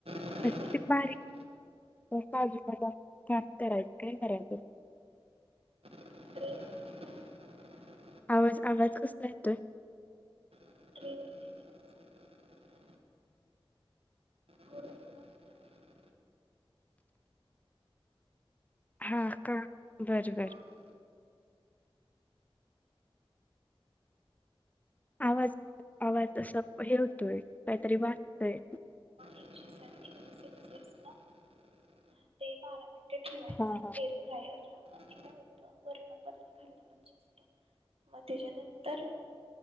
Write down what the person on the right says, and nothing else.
ट्रेवर
<unintelligible>
<unintelligible> टीव्ही चा होर <unintelligible>
कारण तिखट
<unintelligible> सेल्सिअसला दहा ते बारा मिनिटं ठेवायचं
एअर फ्रायर ला मण होत वरण पण आणि खाल्णं पण शिजत मग त्याच्यानंतर